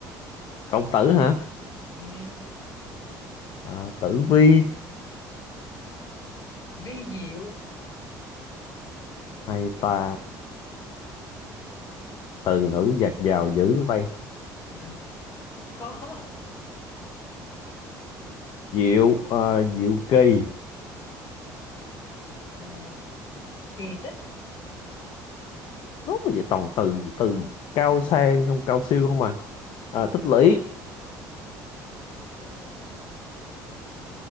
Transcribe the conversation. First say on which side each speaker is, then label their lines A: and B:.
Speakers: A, on the left (about 60°); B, on the left (about 45°).
A: công tử hả
B: ừ,
A: à, tử vi
B: vi diệu
A: hay ta từ ngữ dạt dào dữ vậy
B: <laughs> không có
A: diệu ờ, diệu kỳ
B: Ờ, kỳ tích
A: nó mà vậy toàn từ từ cao sang không cao siêu không mà Ờ, tích lũy
B: ờ,